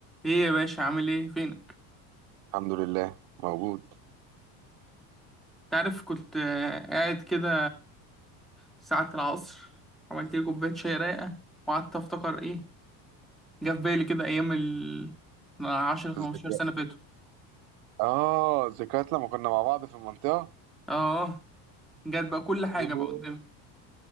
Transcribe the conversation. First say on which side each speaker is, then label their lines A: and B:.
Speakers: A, in the centre; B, on the right.
A: ايه يا باشا عامل ايه فينك
B: الحمد لله موجود
A: تعرف كنت آه، قاعد كده ساعة العصر عملت لي كوباية شاي رايقة وقعدت افتكر ايه جه في بالي كده ايام ال 10 15
B: الذكريات
A: سنة فاتوا
B: اه ذكريات لما كنا مع بعض في المنطقة
A: اه جت بقى كل حاجة
B: أيوه.
A: بقى قدامي